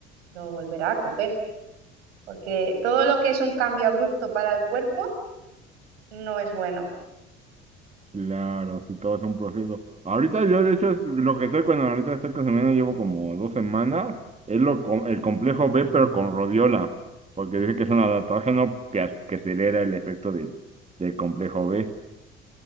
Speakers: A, on the right; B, on the right.
A: lo volverá a coger. Porque todo lo que es un cambio abrupto para el cuerpo no es bueno.
B: Claro, sí, todo es un proceso. Ahorita yo, de hecho, es lo que estoy cuando ahorita estoy consumiendo, llevo como dos semanas, es lo, com- el complejo B, pero con rodiola, porque dice que es un adaptógeno que, ac- que acelera el efecto del, del complejo B.